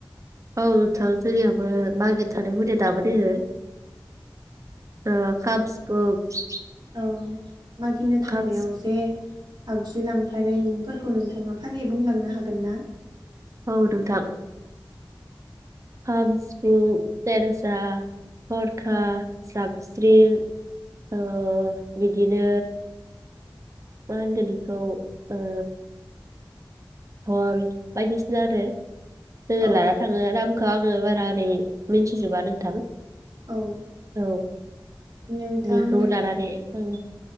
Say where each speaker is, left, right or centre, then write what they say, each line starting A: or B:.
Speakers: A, on the right; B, on the right.
A: <unintelligible> ओ <unintelligible>
B: ओ मागिनो थांनायाव
A: खाम
B: जे। आगजु लांफानाय मुंफोरखौ नोंथाङा फारियै बुंलांनो हागोन ना?
A: औ नोंथां खाम सिफुं पेरजा। हरखा
B: औ
A: जाब स्रिं
B: औ
A: ओ बिदिनो। मा होनगोन इखौ ओ। धल बायदिसिना आरो। जोङो
B: औ
A: लाना थाङो <unintelligible> खो आङो बारा ओरै मिथ्निजोबा नोंथां।
B: औ ओ
A: औ
B: नोंथां
A: बेखौ लानानै ओं।